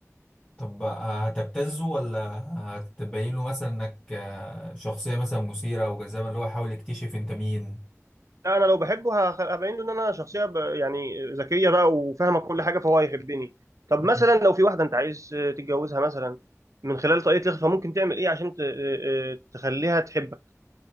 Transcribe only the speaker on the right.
لا انا لو بحبه هخ- هبين له ان انا شخصيه ب... يعني ذكيه بقى وفاهمه كل حاجه فهو هيحبني طب
مثلا لو في واحده انت عايز آه، تتجوزها مثلا من خلال طريقه الاخفاء ممكن تعمل ايه عشان ت... آه، آه، تخليها تحبك